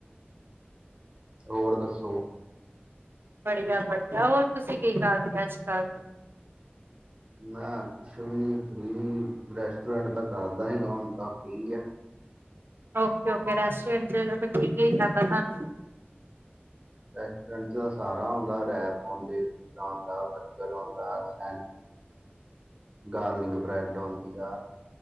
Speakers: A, on the right; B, on the right.
A: ਹੋਰ ਦੱਸੋ?
B: ਬੜੀਆ- ਬੜੀਆ ਹੋਰ ਤੁਸੀਂ ਕੀ ਕਰਦੇ ਅੱਜ ਕੱਲ?
A: ਮੈਂ ਕੁਛ ਵੀ ਨੀ ਫ੍ਰਰੀ ਰੈਸਟੋਰੈਂਟ ਤਾਂ ਕਰਦਾ ਸੀਗਾ ਹੁਣ ਤਾਂ ਫ੍ਰਰੀ ਆ।
B: ਓਕੇ- ਓਕੇ ਰੈਸਟੋਟ ਚ' ਠੀਕ ਜਾਂਦਾ ਸਾਨੂੰ।
A: ਰੈਸਟੋਰੈਂਟ ਚ' ਤਾਂ ਸਾਰਾ ਹੁੰਦਾ ਰੈਪ ਹੋਦੇ, ਪੀਜ਼ਾ ਹੁੰਦਾ, ਬਰਗਰ ਹੋਦਾ। ਸੈਨ ਗਾਰਲਿੰਗ ਬ੍ਰੈਡ ਹੁੰਦੀ ਆ।